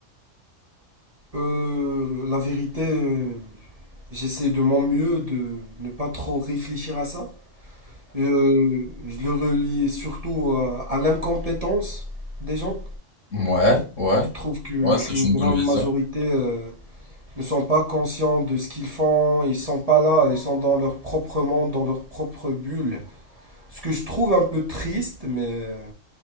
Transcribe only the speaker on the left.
Ouais, ouais,
ouais, c'est
une
bonne vision.